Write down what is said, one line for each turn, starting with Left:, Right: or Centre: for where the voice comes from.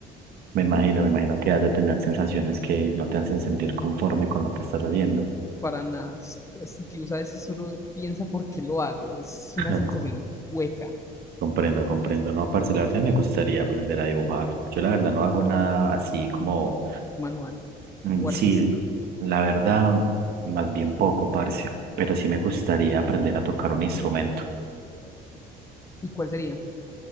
Right: Me imagino, me imagino que has de tener sensaciones que no te hacen sentir conforme con lo que estás haciendo.
Left: Para nada, es- es- incluso a veces uno piensa por qué lo hago. Es
Right: <laughs>
Left: una sensación hueca,
Right: Comprendo, comprendo. No, parce, la verdad me gustaría aprender a dibujar. Yo la verdad no hago nada así como,
Left: manual
Right: mm,
Left: o
Right: sí,
Left: artístico.
Right: la verdad, más bien poco, parce, pero sí me gustaría aprender a tocar un instrumento.
Left: ¿Y cuál sería?